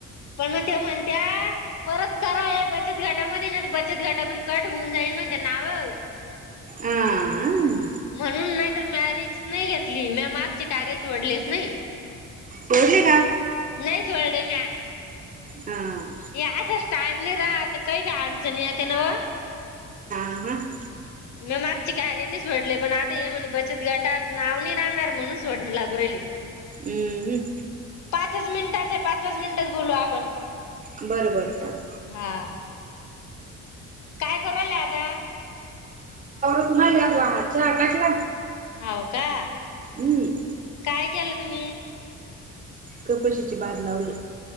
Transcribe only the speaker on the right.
अं,
बर्ली वा
अं,
ह ह.
हम् ह.
बरं बरं चाल.
णाल्या हच्या आकाशला
हम्म.
कपशीची बाार लावली.